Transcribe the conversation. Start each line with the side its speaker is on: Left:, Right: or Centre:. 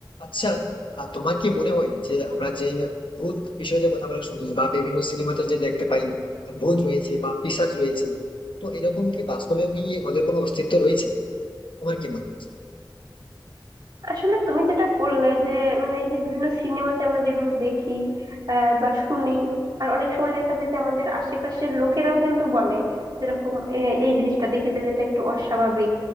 Left: আচ্ছা আর তোমার কি মনে হয় যে আমরা যে ভূত বিষয়ে যে কথাগুলো শুনি বা বিভিন্ন সিনেমাতে যে দেখতে পাই ভূত রয়েছে বা পিশাচ রয়েছে তো এরকম কি বাস্তবেও কি ওদের কোনো অস্তিত্ব রয়েছে তোমার কি মনে হয়
Right: আসলে তুমি যেটা বললে যে মানে এই যে বিভিন্ন সিনেমাতে আমরা যেগুলো দেখি আহ, বা শুনি আর অনেক সময় দেখা যায় যে আমাদের আশেপাশের লোকেরাও কিন্তু বলে যেরকম আহ, এই জিনিসটা দেখেছে যেটা একটু অস্বাভাবিক